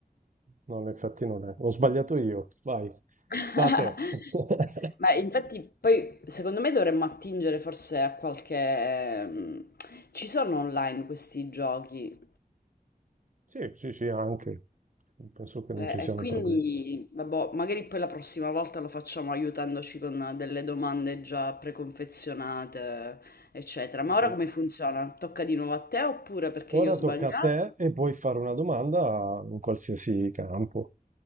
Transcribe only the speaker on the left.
<laughs>
Ma infatti poi secondo me dovremmo attingere forse a qualche... mm, Ci sono online questi giochi,
Eh,
e quindi,
vabbè, magari poi la prossima volta lo facciamo aiutandoci con delle domande già preconfezionate, eccetera. Ma
ora come funziona? Tocca di nuovo a te oppure perché io
ho sbagliato?